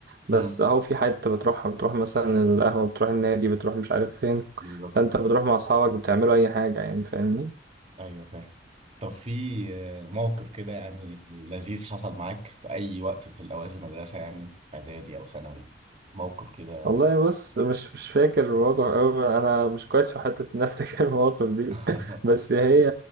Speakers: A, on the right (about 60°); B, on the right (about 40°).
A: بس
B: امم
A: اهو في حته بتروحها بتروح مثلا القهوه بتروح النادي بتروح مش عارف فين
B: بالظبط
A: فانت بتروح مع اصحابك بتعملوا اي حاجه يعني فاهمني
B: ايوه فاهم طب في آه، موقف كده يعني لذيذ حصل معاك في اي وقت في الاوقات المدرسه يعني اعدادي او ثانوي موقف كده
A: والله بص مش مش فاكر المواقف أوي أنا مش كويس في حتة إن أنا أفتكر المواقف دي
B: <laughs>
A: <laughs> بس هي